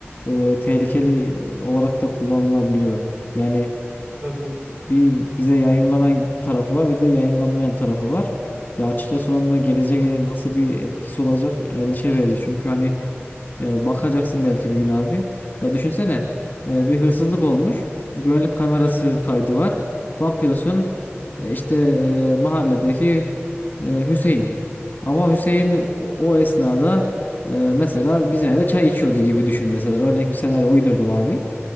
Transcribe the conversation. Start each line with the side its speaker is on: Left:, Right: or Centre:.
Left: e, tehlikeli olarak da kullanılabiliyor. Yani
Right: Tabii.
Left: bir bize yayınlanan tarafı var bir de yayınlanmayan tarafı var. Ya açıkçası onun da geleceğe nasıl bir etkisi olacak endişe verici. Çünkü hani ee, bakacaksın belki bir gün abi. Ya düşünsene e, bir hırsızlık olmuş. Güvenlik kamerası
Right: Evet.
Left: kaydı var. Bakıyorsun
Right: Hı.
Left: e, işte e, mahalledeki e, Hüseyin. Ama Hüseyin o o esnada e, mesela bizim evde çay içiyordu gibi düşün mesela. Örnek bir senaryo uydurdum abi.